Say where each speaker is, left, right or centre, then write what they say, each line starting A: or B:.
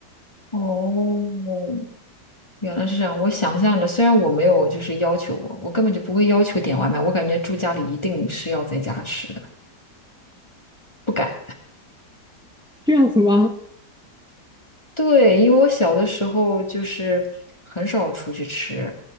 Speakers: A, on the left (about 15°); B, in the centre.
A: 哦，原来是这样。我想象着，虽然我没有就是要求我，我根本就不会要求点外卖，我感觉住家里一定是要在家吃的，不敢。
B: 这样子吗？
A: 对，因为我小的时候就是很少出去吃，